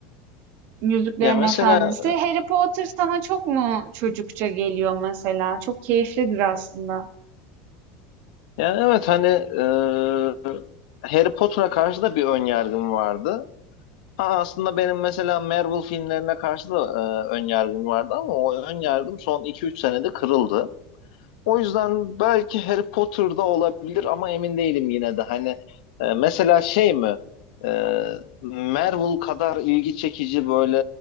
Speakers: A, on the right; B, on the left.
A: Yüzüklerin
B: Ya mesela
A: Efendisi. Harry Potter sana çok mu çocukça geliyor mesela? Çok keyiflidir aslında.
B: yani evet hani e, Harry Potter'a karşı da bir ön yargım vardı. Ha, aslında benim mesela Marvel filmlerine karşı da e, ön yargım vardı ama o ön yargım son iki üç senede kırıldı. O yüzden belki Harry Potter'da olabilir ama emin değilim yine de. Hani e, mesela şey mi? E, Marvel kadar ilgi çekici böyle